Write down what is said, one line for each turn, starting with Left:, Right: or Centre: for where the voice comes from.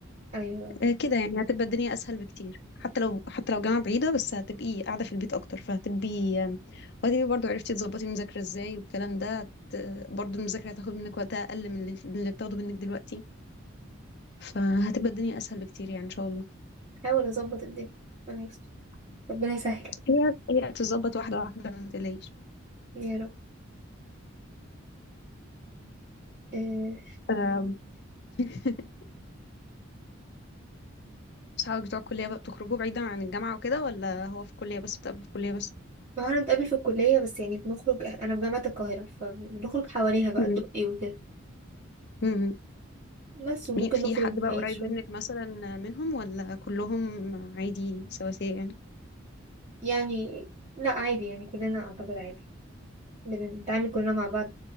Right: ايوه أيوة.
Left: آه، كده يعني هتبقى الدنيا أسهل بكتير حتى لو حتى لو جامعة بعيدة بس هتبقي قاعدة في البيت أكتر فهتبقي آم، وهتبقي برضه عرفتي تظبطي المذاكرة ازاي والكلام ده هت- برضه المذاكرة هتاخد منك وقتها أقل من اللي من اللي بتاخده منك دلوقتي فهتبقى الدنيا أسهل بكتير يعني إن شاء الله
Right: حاول اظبط الدنيا ربنا يستر ربنا يسهل
Left: هي هي بتتظبط واحدة واحدة ما تقلقيش
Right: يا رب آه،
Left: آم، <laughs> صحابك بتوع الكلية بقى بتخرجوا بعيدا عن الجامعة وكده ولا هو في الكلية بس بتقابلوا في الكلية بس
Right: ما هو احنا بنتقابل في الكليه بس يعني بنخرج انا في جامعه القاهره فبنخرج حواليها بقى
Left: مم.
Right: الدقي وكده
Left: مم.
Right: بس وممكن
Left: مين في
Right: نخرج
Left: حد
Right: بعيد
Left: بقى قريب
Right: شويه
Left: منك مثلا منهم ولا كلهم عادي سواسية يعني
Right: يعني لا عادي يعني كلنا اعتقد عادي بنتعامل كلنا مع بعض